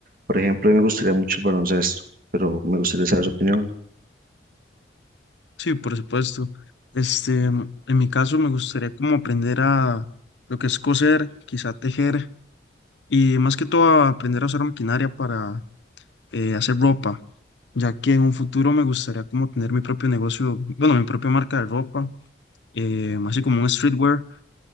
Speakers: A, on the right; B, on the left.
A: Por ejemplo, a mí me gustaría mucho el baloncesto, pero me gustaría saber su opinión.
B: Sí, por supuesto. Este, en mi caso me gustaría como aprender a lo que es coser, quizá tejer y más que todo a aprender a usar maquinaria para eh, hacer ropa, ya que en un futuro me gustaría como tener mi propio negocio, bueno, mi propia marca de ropa, eh, así como un streetwear.